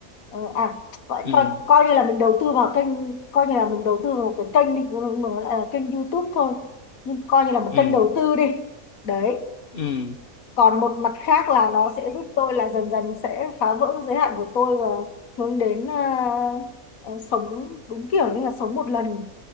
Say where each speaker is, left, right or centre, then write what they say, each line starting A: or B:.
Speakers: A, on the left; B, on the left.
A: ờ, à coi,
B: Ừ.
A: coi coi như là mình đầu tư vào kênh coi như là mình đầu tư vào một cái kênh đi nhưng mà nó lại là kênh YouTube thôi nhưng coi như là một
B: Ừ.
A: kênh đầu tư đi đấy
B: Ừ.
A: còn một mặt khác là nó sẽ giúp tôi là dần dần sẽ phá vỡ giới hạn của tôi và hướng đến ờ, ờ, sống đúng kiểu như là sống một lần